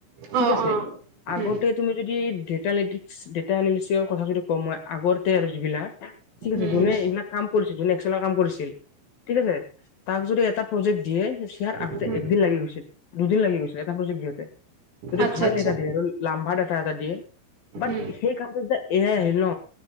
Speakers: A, on the right (about 80°); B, on the left (about 60°).
A: অ',
B: ঠিক আছে
A: অ',
B: আগতে
A: উম,
B: তুমি যদি ডেটা লিটিক ডেটা আলিচন কথা যিটো কম মই আগতে আৰু যিবিলাক ঠিক
A: উম,
B: আছে যোনে এইবিলাক কাম কৰিছিল যোনে এক্সেলৰ কাম কৰিছিল ঠিক আছে তাক যদি এটা প্ৰজেক্ট দিয়ে শ্বেয়াৰ আগতে
A: উম,
B: একদিন লাগি গৈছিল দুদিন লাগি গৈছিল এটা প্ৰজেক্ট দিয়তে যদি
A: আচ্ছা,
B: ভাল
A: আচ্ছা,
B: ডেটা দিয়ে আৰু লাম্বা ডেটা এটা দিয়ে বাট
A: উম,
B: সেই কামটো যে এতিয়াহে আহিল ন